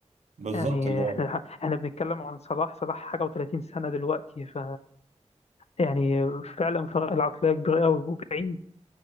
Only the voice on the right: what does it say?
بالظبط
اللي هو